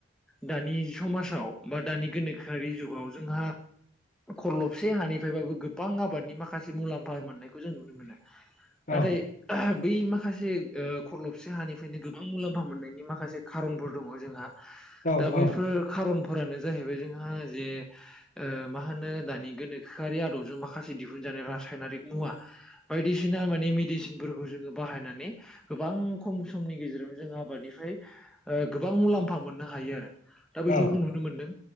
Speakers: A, in the centre; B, on the left (about 40°).
A: दानि समाजाव बा दानि गोनोखोआरि जुगाव जोंहा खरलबसे हानिफ्रायबाबो गोबां आबादनि माखासे मुलाम्फा मोननायखौ जों नुनो मोनो।
B: औ
A: नाथाय बै माखासे ओ खरलबसे हानिफ्रायनो गोबां मुलाम्फा मोननायनि माखासे खारनफोर दङ जोंहा
B: औ
A: दा
B: औ
A: बैफोर खारनफोरानो जाहैबाय जोंहा जे ओ मा होनो दानि गोनोखोआरि आदबजों माखासे दिहुनजानाय रासायनारिक मुवा बायदिसिना माने मेडिसिनफोरखौ जोंङो बाहायनानै गोबां खम समनि गेजेरावनो जों आबादनिफ्राय ओ गोबां मुलाम्फा मोननो हायो आरो दा बैफोरखौ
B: औ
A: नुनो मोन्दों।